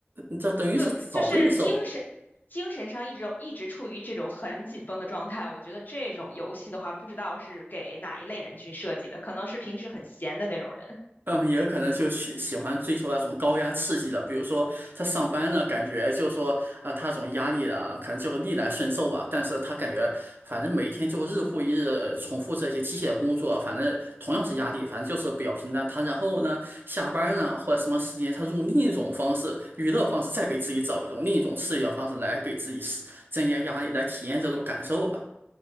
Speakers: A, on the right; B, on the left.
A: 嗯这等于是找罪受。
B: 对，就是精神精神上一直一直处于这种很紧绷的状态。我觉得这种游戏的话，不知道是给哪一类人群设计的，可能是平时很闲的那种人。
A: 嗯，也有可能就是喜欢追求那种高压刺激的，比如说他上班呢，感觉就是说啊、他这种压力呢，可能就逆来顺受吧。但是他感觉反正每天就日复一日、呃重复这些机械工作，反正同样是压力，反正就是比较平淡。他然后呢，下班呢或者什么时间，他用另一种方式、娱乐方式，再给自己找一种另一种刺激的方式来给自己施增加压力，来体验这种感受吧。